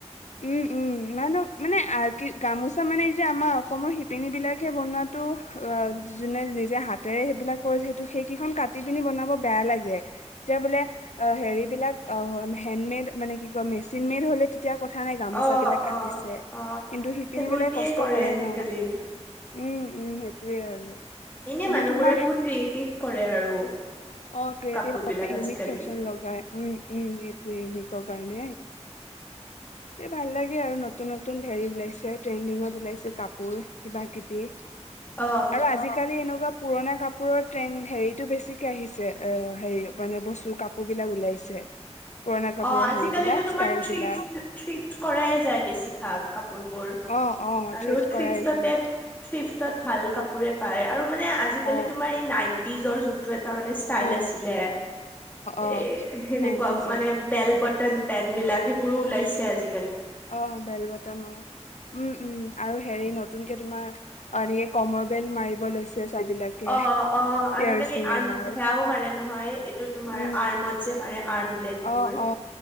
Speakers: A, on the left; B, on the left.
A: উম উম মানহক মানে কি গামোচা মানে এই যে আমাৰ অসমৰ শিপিনী বিলাকে বনোৱাাতো অ যোনে নিজে হাতেৰে সেইবিলাক কৰিছে সেইটো সেইকেইখন কাটি পিনি বনাব বেয়া লাগে। এতিয়া বোলে অ হেৰিবলাক অ হয় হেণ্ডমেড মানে কি কয় মেচিন মেড হ'লে তেতিয়া কথা নাই গামোচা
B: অ
A: বিলাক কাটিছে
B: অ অ
A: কিন্তু শিপিনী
B: সেইবোৰ
A: বিলাক
B: দিয়ে
A: কষ্ট কৰে
B: আজিকালি।
A: ন উম, উম সেইটোয়ে আৰু
B: এনে
A: এনেই
B: মানুহবোৰে
A: তোমাৰ
B: বহুত ক্ৰিয়েটিভ কৰে আৰু
A: অ', ক্ৰিয়েটিভ
B: কাপোৰ বিলাক
A: ইউনিক
B: আজিকালি।
A: ফেশ্বন লগাই উম, উম এইটো ইউনিকৰ কাৰণে। তে ভাল লাগে আৰু নতুন, নতুন হেৰি ওলাইছে ট্ৰেণ্ডিঙত ওলাইছে কাপোৰ কিবা কিবি।
B: অ
A: আৰু আজিকালি এনেকুৱা পুৰণা কাপোৰৰ ট্ৰেনড হেৰিতটো বেছিকে আহিছে। যে অ হেৰি মানে বস্তু কাপোৰ বিলাক ওলাইছে। পুৰণা কাপোৰৰ
B: অঁ, আজিকালিতো
A: হেৰি বিলাক
B: তোমাৰ
A: ষ্টাইল
B: থ্ৰি-থ্ৰিফট
A: বিলাক
B: কৰাই যায় বেছিভাগ কাপোৰবোৰ।
A: অঁ অঁ
B: আৰু
A: থ্ৰিফট
B: থ্ৰিফ্টতে
A: কৰাই যায়।
B: থ্ৰিফ্টত ভাল কাপোৰে পায় আৰু মানে আজিকালি
A: অ
B: তোমাৰ এই নাইনটি নিজৰ যো নটো এটা মানে স্তাইল
A: অ
B: আছিলে,
A: অ
B: এ সেনেকুৱা
A: নাইনটিজৰ
B: মানে বটন পেন বিলাক সেইবোৰো ওলাইছে আজি
A: অঁ বেল বতাম, উম উম। আৰু হেৰি নতুনকে তোমাৰ, অঁ এনেকে কমৰ বেল্ট মাৰিব লৈছে ছোৱালী বিলাকে
B: অঁ, অঁ
A: পিয়াৰচিং
B: আজিকালি আৰ্ম
A: এন অল
B: সেয়াও মাৰে নহয়, এইটো তোমাৰ
A: উম
B: আৰ্মত যে মাৰে। আৰ্ম লেতবোৰ,
A: অ অ